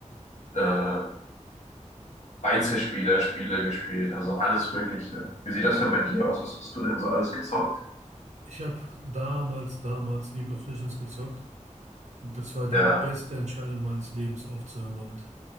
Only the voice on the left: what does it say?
äh, Einzelspieler-Spiele gespielt, also alles Mögliche. Wie sieht das denn bei dir aus? Was hast du denn so alles gezockt?
Ja,